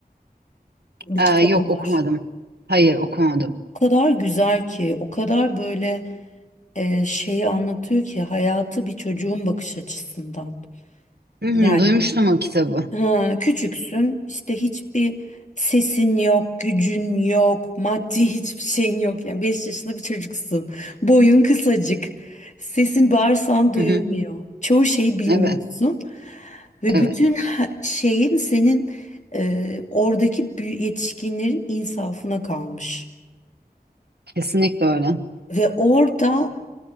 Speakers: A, on the left (about 45°); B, on the right (about 80°).
A: bir
B: Aa,
A: kitabı
B: yok
A: var.
B: okumadım. Hayır okumadım.
A: O kadar güzel ki, o kadar böyle e, şeyi anlatıyor ki hayatı bir çocuğun bakış açısından.
B: Hı hı,
A: Yani
B: duymuştum o kitabı.
A: Ha, küçüksün işte hiçbir sesin yok, gücün yok, maddi hiçbir şeyin yok. Yani 5 yaşında bir çocuksun. Boyun kısacık. Sesin bağırsan duyulmuyor.
B: Hı hı.
A: Çoğu şeyi bilmiyorsun
B: Evet,
A: ve
B: evet.
A: bütün ha- şeyin senin e, oradaki büyü- yetişkinlerin insafına kalmış.
B: Kesinlikle öyle.
A: Ve orada